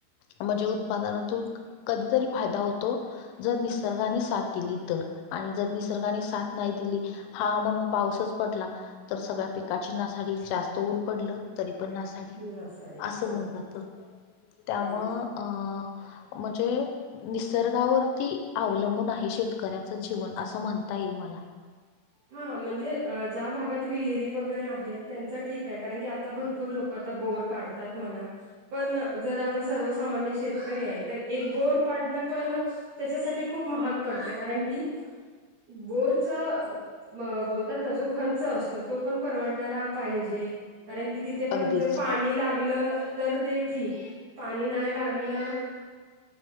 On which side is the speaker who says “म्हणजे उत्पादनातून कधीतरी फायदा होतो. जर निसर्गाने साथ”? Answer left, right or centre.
Left